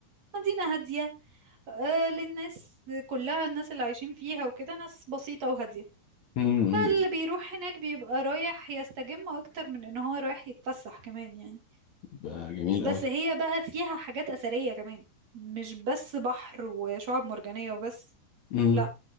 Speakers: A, on the right; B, on the left.
A: مدينه هاديه آه، للناس كلها الناس اللي عايشين فيها وكده ناس بسيطه وهاديه
B: مم،
A: فاللي بيروح هناك بيبقى رايح يستجم اكتر من ان هو رايح يتفسح كمان يعني
B: ده جميل
A: بس
B: قوي
A: هي بقى فيها حاجات اثريه كمان مش بس بحر وشعاب مرجانيه وبس
B: مم،
A: لا